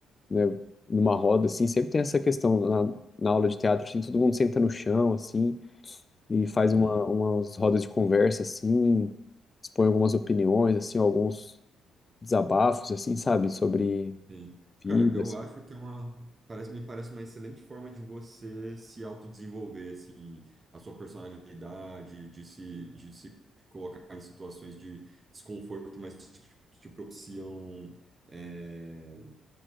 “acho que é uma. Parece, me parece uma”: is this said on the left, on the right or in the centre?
Right